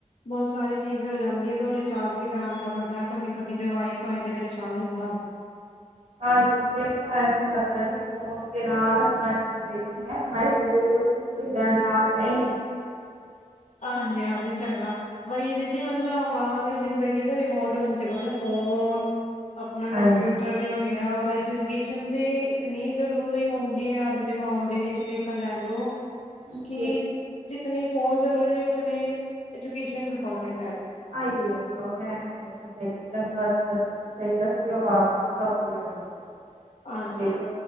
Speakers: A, on the left; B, on the right.
A: ਬਹੁਤ ਸਾਰੀ ਚੀਜ਼ ਹੋ ਜਾਂਦੀ ਐ ਤੇ ਉਹ ਰਿਚਾਰਜ ਵੀ ਕਰਾਉਂਣਾ ਬਣਦਾ ਹਾਂ। ਕਭੀ-ਕਭੀ ਦੇ ਵਾਈ ਫਾਈ ਦਾ ਵੀ ਰਿਚਾਰਜ ਹੁੰਦਾ।
B: ਹਾਂਜੀ ਦੇਖੋ ਐਸੇ ਲੱਗਦਾ ਨੀ ਖੂਨ ਕੇ ਨਾਲ ਹਮਾਰੀ ਜ਼ਿੰਦਗੀ ਹੈ ਹਮਾਰੀ ਜ਼ਿੰਦਗੀ ਔਰ ਕਿਸੇ ਵੀ ਨਾਲ ਹੈ ਹੀ ਨਹੀਂ
A: ਹਾਂਜੀ-ਹਾਂਜੀ। ਚੰਗਾ ਬਹੀ ਜ ਜੀ ਮਤਲਬ ਅਮਾਰੀ ਜ਼ਿੰਦਗੀ ਤੇ ਰਿਮੋਟ ਬਣ ਜੇ ਗਾ ਨਾ ਫੋਨ ਆਪਣਾ ਕੰਪਿਊਟਰ
B: ਹਾਂਜੀ।
A: ਦੇ ਵਗੈਰਾ ਰ ਐਜੁਕੇਸ਼ਨ ਦੇ ਇਤਨੀ ਜ਼ਰੂਰੀ ਹੁੰਦੀ ਹੈ ਅੱਜ ਦੇ ਮਾਹੌਲ ਦੇ ਵਿੱਚ ਤਸੀਂ ਦੇਖਾ ਜਾਂਏ ਤੋਂ,
B: ਹਾਂਜੀ
A: ਕਿ ਜਿਤਨੀ ਫੋਨ ਜ਼ਰੂਰੀ ਉਤਨੀ ਐਜੂਕੇਸ਼ਨ ਇੰਪੋਰਟੈਂਟ ਐ।
B: ਹਾਂ ਇਹ ਤੋ ਹੈ। ਸਹੀ ਚੰਗਾ ਸਹੀ ਦੱਸੇ ਹੋ ਆਪ ਚੰਗਾ ਬੋਲੇਗੇ।
A: ਹਾਂਜੀ,
B: ਇਹ ਤੋ